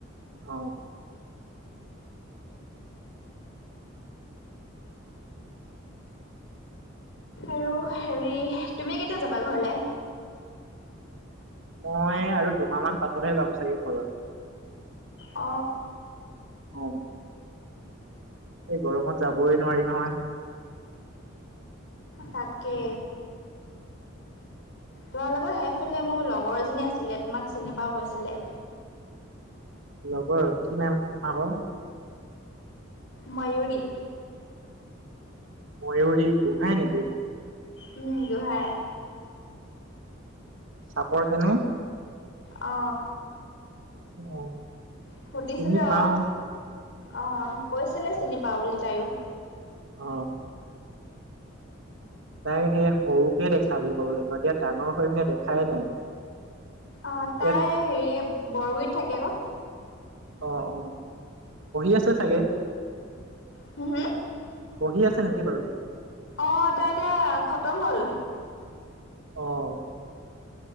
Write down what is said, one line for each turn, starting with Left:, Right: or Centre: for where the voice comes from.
Right: অ
Left: আৰু হেৰি তুমি কেতিয়া যাবা ঘৰলে?
Right: মই আৰু দুমাহ মান পাছতহে যাম চাগে ঘৰত।
Left: অ।
Right: অ এই গৰমত যাবই নোৱাৰি নহয়।
Left: তাকে তোমাৰ লগত সেইফালে মোৰ লগৰ এজনী আছিলে তোমাক চিনি পাও কৈছিলে।
Right: লগৰ আৰু কি নাম আক
Left: ময়ূৰি।
Right: ময়ূৰী গোহাঁই নেকি?
Left: উম! গোহাঁই।
Right: চাপৰ কেনে।
Left: অ।
Right: অ
Left: সুধিছিলো
Right: চিনি পাও
Left: অ আহ কৈছিলে চিনি পাই বুলি তাইও
Right: অ। তাই সেই সৰুতে দেখা বুলি ক'ব লাগিব এতিয়া ডাঙৰ হৈ পিনে দেখাই নাই।
Left: অ তাই
Right: এল
Left: হেৰি বৰগোইত থাকে ক
Right: অ অ পঢ়ি আছে চাগে।
Left: হোম হো
Right: পঢ়ি আছা নেকি বাৰু?
Left: অ এ তাই এতিয়া খতম হ'ল।
Right: আহ